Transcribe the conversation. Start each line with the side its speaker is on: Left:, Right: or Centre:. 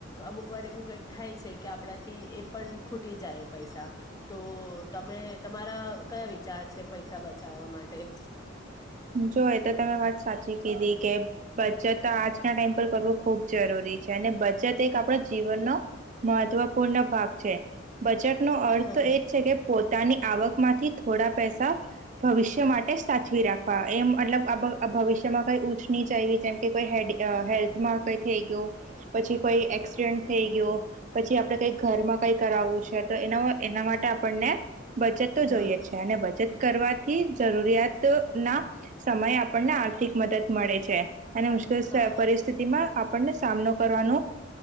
Left: અમુક વાર એવું કઈક થાય છે કે આપણાથી એ પણ ખુટ તટી જાય પૈસા તો તમે તમારા કયા વિચાર છે પૈસા બચાવવા માટે <inaudible>
Right: જો એ તો તમે વાત સાચી કીધી કે બચત આજના ટાઈમ પર કરવો ખુબ જરૂરી અને બચત એક આપણા જીવનનો મહત્વપૂર્ણ ભાગ છે. બચેટ નો અર્થ
Left: હા
Right: તો એજ છે કે પોતાની આવકમાં થોડા પૈસા ભવિષ્ય માટે સાચવી રાખે હ એમ મતલબ ભવિષ્યમાં કઈ ઉઊચ નહ જ આવી જેમ કે કોઈ હે હેલ્થમાં કંઈ થઈ ગય. પછી કોઈ એક્સિડન્ટ થઈ ગયો પછી આપડે કઈ ઘરમાં કઈ કરાવવું છે તો એના એના માટે આપણને બચત તો
Left: હા
Right: જોઈએ છે અને બચત કરવાથી જરૂરિયાત સમય આપણને આર્થિક મદદ મળે છે અને મુશ્કેલ
Left: હા
Right: પરિસ્થિતિમાં આપણને સા કરવા